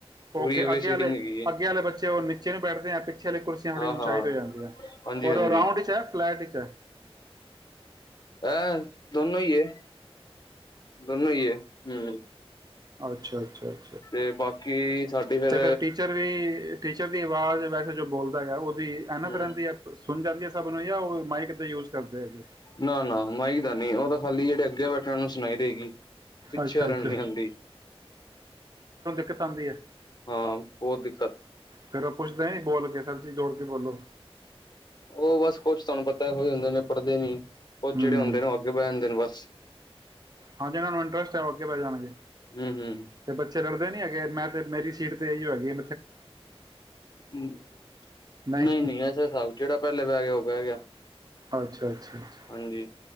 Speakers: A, on the left; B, on the right.
A: ਪੂਰੀ
B: ਔਕੇ
A: ਵੇ
B: ਅੱਗੇ
A: ਸੀਟਿੰਗ
B: ਆਲੇ,
A: ਹੈਗੀ ਹੈ
B: ਅੱਗੇ ਆਲੇ ਬੱਚੇ ਔ ਨਿੱਚੇ ਨੂੰ ਬੈਠਦੇ ਐਂ, ਪਿੱਛੇ ਆਲੀ ਕੁਰਸੀਆਂ ਬੜ੍ਹੀ
A: ਹਾਂ
B: ਉਚਾਈ
A: ਹਾਂ
B: ਤੇ ਜਾਂਦੀਐ।
A: ਹਾਂਜੀ
B: ਹੋਰ
A: ਹਾਂਜੀ
B: ਔ ਰਾਊਂਡ ਇੱਚ ਐ ਫਲੈਟ ਇੱਚ ਐ?
A: ਐ ਦੋਨੋਂ ਈ ਏ, ਦੋਨੋਂ ਈ ਏ, ਹੂੰ।
B: ਅੱਛਾ-ਅੱਛਾ।
A: ਤੇ ਬਾਕੀ ਸਾਡੀ ਫੇਰ
B: ਤੇ ਫੇਿਰ ਟੀਚਰ ਵੀ ਟੀ ਚਰ ਦੀ ਆਵਾਜ਼ ਵੈਸੇ ਜੋ ਬੋਲਦਾ ਹੈਗੈ, ਔ ਵੀ ਐਨਫ
A: ਹੂੰ
B: ਰੈਂਦੀ ਐ, ਪ ਸੁਣ ਜਾਂਦੀ ਐ ਸਭ ਔਨਾ ਨੂੰ ਯਾ ਔ ਮਾਈਕ ਦਾ ਯੂਜ ਕਰਦੇ ਹੈਗੇ।
A: ਨਾ ਨਾ ਮਾਈਕ ਦਾ ਨਹੀਂ ਉਹ ਤਾਂ ਖਾਲੀ ਜਿਹੜੇ ਅੱਗੇ ਬੈਠਣ ਨੂੰ ਸੁਣਾਈ ਦੇਗੀ, ਪਿੱਛੇ
B: ਅੱਛਾ
A: ਆਲਿਆਂ
B: ਅੱਛਾ
A: ਨੂੰ ਨੀ ਆਂਦੀ।
B: ਕਤ ਆਂਦੀ ਐ।
A: ਹਾਂ, ਬੋਤ ਦਿੱਕਤ।
B: ਫਿਰ ਉਹ ਪੁੱਛਦੇ ਨੀ ਬੋਲ ਕੇ ਸਰ ਜੀ ਜ਼ੋਰ ਕੇ ਬੋਲੋ
A: ਔ ਬਸ ਕੁਛ ਤੁਆਨੂੰ ਪਤੈ ਹੋ ਈ ਜਾਂਦੇ ਨੇ। ਪੜਦੇ ਨੀ ਕੁਝ
B: ਹਮ
A: ਜਿਹੜੇ ਹੁੰਦੇ ਨੇ ਔ ਅੱਗੇ ਬੈ ਜਾਂਦੇ ਨੇ ਬਸ
B: ਹਾਂ, ਜਿੰਨਾਂ ਨੂੰ ਇੰਟਰਸਟ ਐ ਔ ਅੱਗੇ ਬੈ ਜਾਣਗੇ
A: ਹੂੰ ਹੂੰ
B: ਤੇ ਬੱਚੇ ਲੜਦੇ ਨੀ ਹੈਗੇ ਮੈਂ ਤੇ, ਮੇਰੀ ਸੀਟ ਤੇ ਇਯੋ ਹੈਗੀ ਏ
A: ਨਈ-ਨਈ
B: ਨਹੀਂ
A: ਐਸਾ ਹਿਸਾਬ ਜੇੜਾ ਪੈਲੇ ਬੈ ਗਿਆ ਔ ਬੈ ਗਿਆ।
B: ਅੱਛਾ ਅੱਛਾ ਅੱਛਾ
A: ਹਾਂਜੀ।